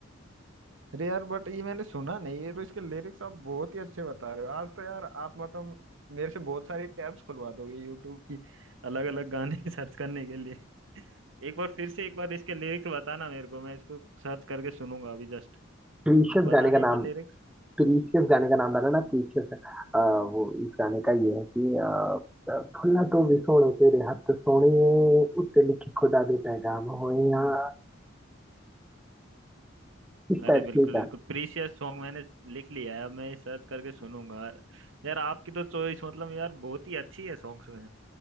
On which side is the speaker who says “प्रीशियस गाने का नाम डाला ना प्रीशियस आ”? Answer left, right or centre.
Centre